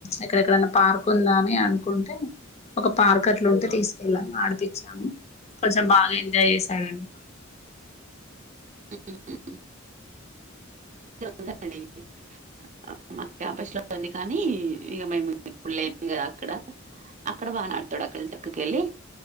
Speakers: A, on the left; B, on the right.
A: ఎక్కడెక్కడన్నా పార్క్ ఉందా అని అనుకుంటే ఒక పార్క్ అట్లుంటే తీసుకెళ్ళాము ఆడిపిచ్చాము కొంచెం బాగెం జాయ్ చేశాడండి
B: <unintelligible> ఉందండి <unintelligible> క్యాంపస్ లో ఉంది కానీ ఇగ మేము ఇప్పుడ్ లే <unintelligible> అక్కడ అక్కడ బానే <unintelligible> తొడకెళ్ళి తక్కకెలి